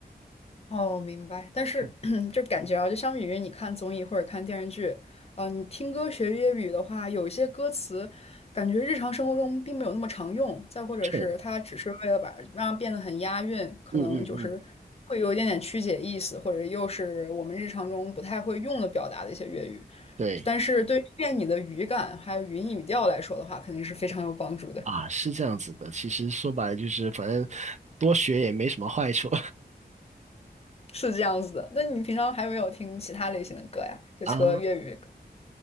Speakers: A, on the left (about 35°); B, on the right (about 45°).
A: 哦，明白。但是
B: 嗯，
A: <clears throat> 就感觉啊，就相比于你看综艺或者看电视剧，嗯，你听歌学粤语的话，有一些歌词感觉日常生活中并没有那么常用，再或者是它只是为了把让它变得很押韵，
B: 是，
A: 可能就是会有一点点曲解意思，
B: 嗯嗯嗯，
A: 或者又是我们日常中不太会用的表达的一些粤语。
B: 对
A: 但是对于练你的语感还有语音语调来说的话，肯定是非常有帮助的。
B: 啊，是这样子的。其实说白了就是，反正多学也没什么坏处
A: 是这样子的。那你平常还有没有听其他类型的歌呀？就除了粤语。
B: <laughs> 啊。